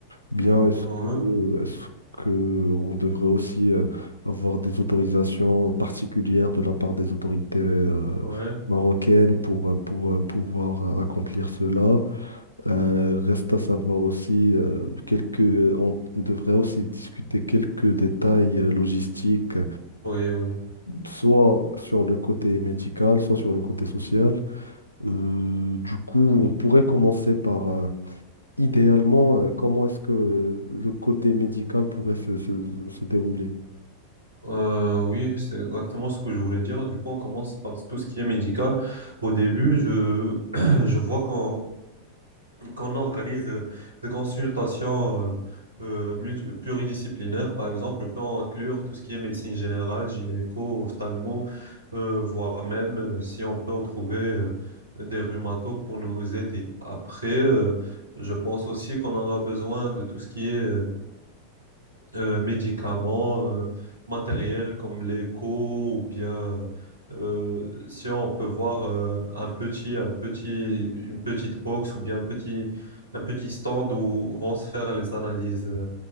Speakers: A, on the left (about 85°); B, on the right (about 80°).
A: Bien, est-ce
B: Hein
A: que, est-ce que on devrait aussi euh, avoir des autorisations particulières de la part des autorités euh,
B: Ouais,
A: marocaines pour, euh, pour euh, pouvoir euh, accomplir cela? Euh, reste à savoir aussi euh, quelques, on devrait aussi discuter quelques détails euh, logistiques,
B: oui, oui.
A: soit sur le côté médical, soit sur le côté social. Euh, du coup, on pourrait commencer par, euh, idéalement, euh, comment est-ce que le côté médical pourrait se, se- se dérouler.
B: Euh, oui, c'est exactement ce que je voulais dire. Du coup, on commence par tout ce qui est médical. Au début, je, <clears throat> je vois qu'on qu'on organise euh, des consultations euh, euh, multi- pluridisciplinaires. Par exemple, on peut inclure tout ce qui est médecine générale, gynéco, ophtalmo, euh, voire même euh, si on peut retrouver euh, des rhumatos pour nous aider. Après, euh, je pense aussi qu'on aura besoin de tout ce qui est euh, euh, médicaments, euh, matériel comme l'écho ou bien euh, si on peut voir euh, un petit, un petit, une petite box ou bien un petit, un petit stand où vont se faire les analyses, euh,